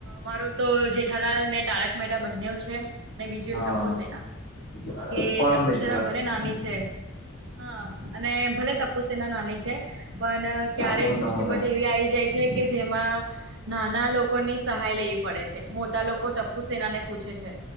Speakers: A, on the right; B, on the left.
A: મારો તો જેઠાલાલ ને તારક મેહતા બંનેવ છે. ને બીજું
B: હા
A: એક ટપુ સેના
B: બરાબર
A: કે
B: પરમ
A: ટપુ
B: મિત્ર
A: સેના ભલે નાની છે. હા અને ભલે ટપુસેના નાની છે, પણ ક્યારેક
B: આમ મોટા
A: મુસીબત
B: મોટા
A: એવી આવી જાય છે, કે જેમાં નાના લોકોની સહાય લેવી પડે છે, મોટા લોકો ટપ્પુ સેના ને પૂછે છે.